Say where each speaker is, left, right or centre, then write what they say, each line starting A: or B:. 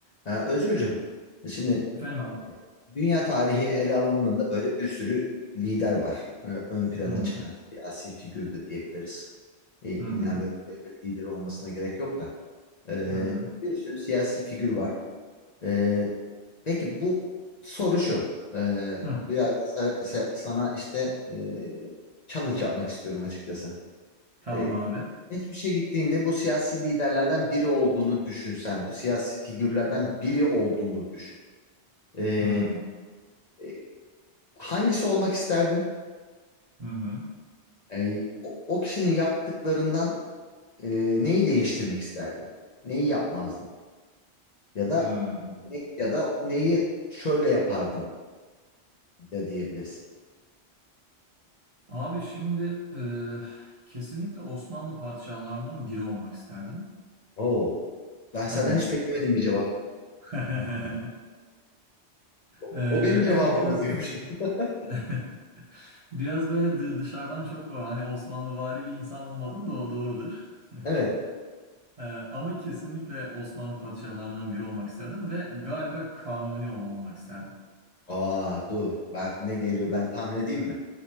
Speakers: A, on the left; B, on the right.
A: Ee, Özgürcüm, şimdi
B: Efendim abi.
A: dünya tarihi ele alındığında böyle bir sürü lider var. Ee, ön plana
B: Hı hı.
A: çıkan siyasi figür de diyebiliriz. E, illa
B: Hı hı.
A: böyle devlet lideri olmasına gerek yok da. Ee,
B: Hı hı.
A: bir sürü siyasi figür var. Ee, peki bu soru şu. Ee,
B: Hı.
A: biraz da sa- sa- sana işte e, challenge yapmak istiyorum açıkçası.
B: Tamam
A: Ee,
B: abi.
A: geçmişe gittiğinde bu siyasi liderlerden biri olduğunu düşünsen, bu siyasi figürlerden biri olduğunu düşün. Ee,
B: Hı.
A: e, Hangisi olmak isterdin?
B: Hı hı.
A: E, o, o kişinin yaptıklarından e, neyi değiştirmek isterdin? Neyi yapmazdın? Ya da
B: Hı.
A: ne- ya da neyi şöyle yapardım da diyebilirsin.
B: Abi şimdi e, kesinlikle Osmanlı padişahlarından biri olmak isterdim.
A: Oo, ben senden
B: Evet.
A: hiç beklemedim bir cevap.
B: <laughs>
A: O
B: E,
A: o benim cevabımdı
B: evet biraz
A: diyormuşum. <laughs>
B: <laughs> biraz böyle dı- dışarıdan çok o, hani Osmanlıvari bir insan olmadım da o doğrudur. <laughs>
A: Evet.
B: E, ama kesinlikle Osmanlı padişahlarından biri olmak isterdim ve galiba Kanuni ol- olmak isterdim.
A: Aa dur. Ben ne geliyor ben tahmin edeyim mi?